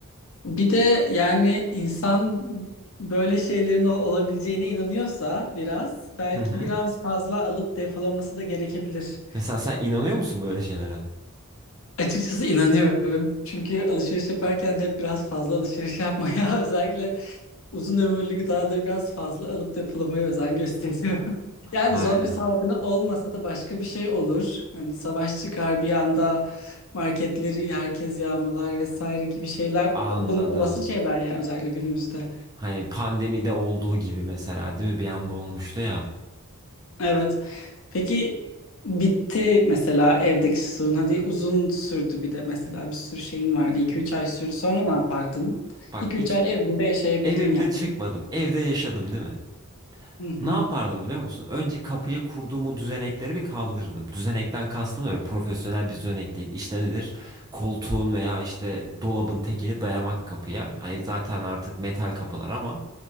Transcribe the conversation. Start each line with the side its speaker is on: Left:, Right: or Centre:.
Left: Bir de yani insan böyle şeylerin ol- olabileceğine inanıyorsa biraz belki
Right: Hı hı.
Left: biraz fazla alıp depolaması da gerekebilir.
Right: Mesela sen inanıyor musun böyle şeylere?
Left: Açıkçası inanıyorum. Çünkü alışveriş yaparken de hep biraz fazla alışveriş yapmaya <laughs> özellikle uzun ömürlü gıdaları biraz fazla alıp depolamaya özen gösteriyorum. <laughs> Yani
Right: Aynen.
Left: zombi salgını olmasa da başka bir şey olur. Hani savaş çıkar bir anda marketleri herkes yağmalar vesaire gibi şeyler.
Right: Anladım.
Left: O- Bunlar olası şeyler yani özellikle günümüzde.
Right: Hani pandemide olduğu gibi mesela değil mi? Bir anda olmuştu ya.
Left: Evet. Peki bitti mesela evdeki suyun. Hadi uzun sürdü bir de mesela bir sürü şeyin vardı. iki üç ay sürdü. Sonra ne yapardın?
Right: Bak
Left: iki üç
Right: iki,
Left: ay evinde yaşayabildin
Right: evimde
Left: yani.
Right: çıkmadım. Evde yaşadım değil mi?
Left: Hı
Right: Ne
Left: hı.
Right: yapardım biliyor musun? Önce kapıya kurduğum o düzenekleri bir kaldırırdım. Düzenekten kastım öyle profesyonel bir düzenek değil. İşte nedir? Koltuğun veya işte dolabın tekini dayamak kapıya. Hani zaten artık metal kapılar ama